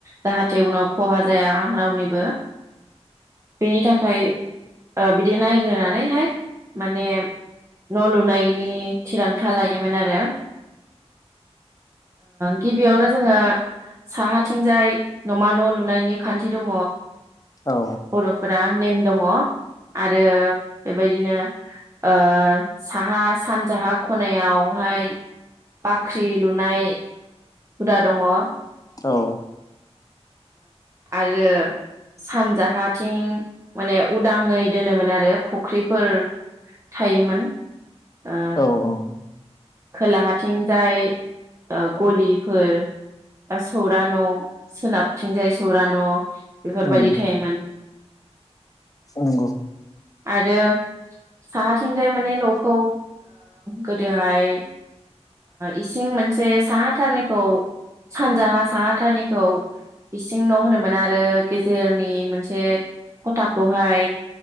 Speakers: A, on the right; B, on the left.
A: जाहाथे उनाव खहा जाया रावनिबो बेनि थाखाय बिदि नायग्रोनानैहाय न' लुनायनि थिरांथा लायोमोन आरो गिबियावनो दा जोङो साहा थिंजाय न'मा न' लुनायनि खान्थि दङ
B: औ
A: बर'फोरा नेम दङ आरो बेबायदिनो ओ साहा सानजाहा खनायावहाय बाख्रि लुनाय हुदा दङ औ
B: औ
A: आरो सान जाहाथिं माने उदाङै दोनोमोन आरो फुख्रिफोर थायोमोन ओ
B: औ औ
A: खोलाहाथिंजाय गलिफोर बा सौरा न' सोनाब थिंजाय सौरा न' बेफोरबायाददि
B: उम
A: थायोमोन
B: नंगौ
A: आरो साहाथिंजाय माने न'खौ गोदोहाय इसिं मोनसे साहाथारनिखौ सानजाहा साहाथारनिखौ इसिं न' होनोमोन आरो गेजेर आनि मोनसे खथाखौहाय